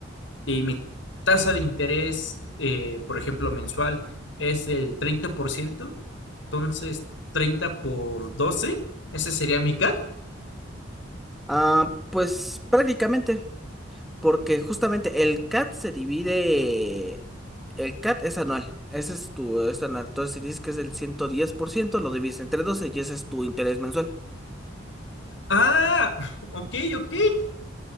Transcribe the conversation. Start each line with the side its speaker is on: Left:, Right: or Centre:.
Left: y mi tasa de interés, eh, por ejemplo, mensual es del treinta por ciento entonces 30 por doce ese sería mi CAT.
Centre: Ah, pues prácticamente, porque justamente el CAT se divide, el CAT es anual, ese es tu es anual. Entonces, si dices que es el 110% lo divides entre 12 y ese es tu interés mensual.
Left: Ah, <laughs> ok, ok,